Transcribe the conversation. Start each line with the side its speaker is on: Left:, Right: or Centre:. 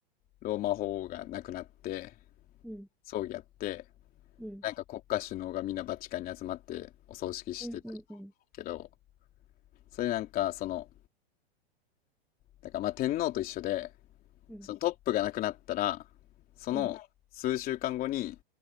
Left: ローマ法王が亡くなって、
Centre: うん、
Left: 葬儀やって、
Centre: うん、
Left: なんか国家首脳がみんなバチカンに集まってお葬式してた
Centre: うん、うん、うん、
Left: けど、それなんか、その、だからまあ天皇と一緒で、
Centre: うん、
Left: そのトップがなくなったら、その数週間後に、
Centre: うん。